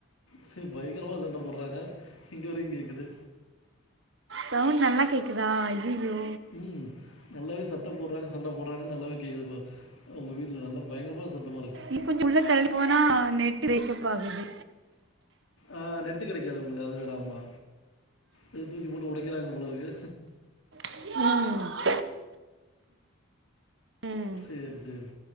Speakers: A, on the left; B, on the right.
A: சி பயங்கரமா சண்ட போடுறாங்க இங்க வரைக்கும் கேக்குது
B: சவுண்ட் நல்லா கேட்குதா ஐஐயோ
A: ம் நல்லாவே சத்தம் போடுறாங்க சண்ட போடுறாங்க நல்லாவே கேக்குது இப்ப உங்க வீட்ல நல்லா பயங்கரமா சத்தமா இருக்கு
B: இனு கொஞ்சோ உள்ள தள்ளி போனா நெட்டு பிரேக்கப் ஆகுது
A: ஆ நெட்டு கெடைக்காது உங்களுக்கு அது வேற ஆம்மா எதோ தூக்கி போட்டு ஒடைக்கறாங்க போலருக்கு
B: ம் ம்
A: சேரி சேரி